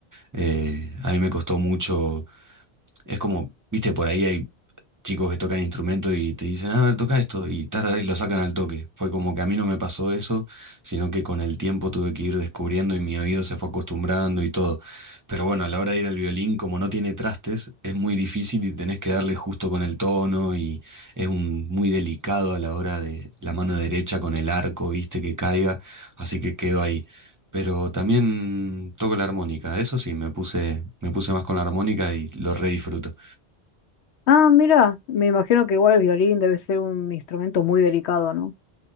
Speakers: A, on the right; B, on the left.
A: Eh, a mí me costó mucho, es como, viste, por ahí hay chicos que tocan instrumentos y te dicen, a ver, toca esto, y, ta, ta, ta, y lo sacan al toque. Fue como que a mí no me pasó eso, sino que con el tiempo tuve que ir descubriendo y mi oído se fue acostumbrando y todo. Pero bueno, a la hora de ir al violín, como no tiene trastes, es muy difícil y tenés que darle justo con el tono y es un, muy delicado a la hora de la mano derecha con el arco, viste, que caiga, así que quedó ahí. Pero también toco la armónica, eso sí, me puse, me puse más con la armónica y lo re disfruto.
B: Ah, mira, me imagino que igual el violín debe ser un instrumento muy delicado, ¿no?